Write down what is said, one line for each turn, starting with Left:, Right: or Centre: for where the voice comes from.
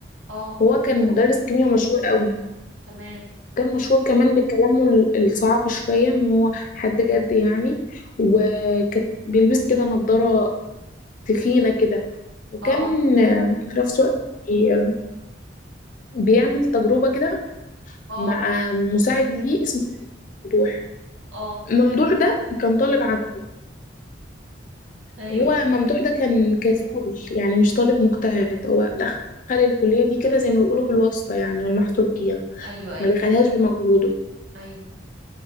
Right: اه
Left: هو كان مدرس كيمياء مشهور قوي
Right: تمام
Left: كان مشهور كمان بكلامه ال- الصعب شوية ان هو حد جد يعني وكان بيلبس كده نظارة تخينة كده وكان
Right: اه
Left: آه، في نفس الوقت بي- بيعمل تجربة كده
Right: اه
Left: مع مساعد ليه اسمه ممدوح
Right: اه
Left: ممدوح ده كان طالب عنده
Right: ايوه
Left: وهو ممدوح ده كان كسول يعني مش طالب مجتهد هو دخل الكلية دي كده زي ما بيقولوا بالواسطة يعني والمحسوبية
Right: ايوه ايوه
Left: ما دخلهاش بمجهوده
Right: ايوه